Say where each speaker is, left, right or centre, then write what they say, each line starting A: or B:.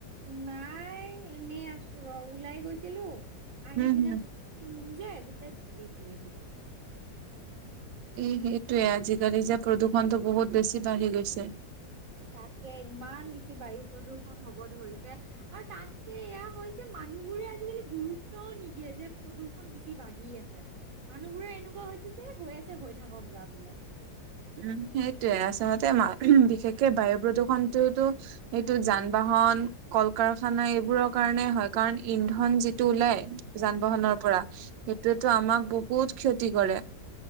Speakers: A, on the right; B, on the right.
A: নাই এনেই আছো ৰ ওলাই গৈছিলো আহি
B: উম
A: পিনে
B: হুম।
A: নুবুজে গোটেই ধূলি ধূলি ধূলি
B: এ সেইটোৱে আজিকালি যে প্ৰদূষণটো বহুত বেছি বাঢ়ি গৈছে
A: তাকে ইমান বেছি বায়ু প্ৰদূৰ্ষণ হব ধৰিছে আৰু তাতকে এয়া হয় যে মানুহবোৰে আজিকালি গুৰুত্বও নিদিয়ে যে প্ৰদূষণ বেছি বাঢ়ি আছে মানুহবোৰে এনেকুৱা হৈছে যে হৈ আছে হৈ থাক যা বোলে
B: উম সেইটোয়ে আচলতে ওম বিশেষকে বায়ু প্ৰদূষণটোতো সেইটো যান বাহন কল কাৰখানা এইবোৰৰ কাৰণে হয় কাৰণ ইন্ধন যিটো ওলাই যান বাহনৰ
A: অ
B: পৰা সেইটোয়েতো আমাক বহুত ক্ষতি কৰে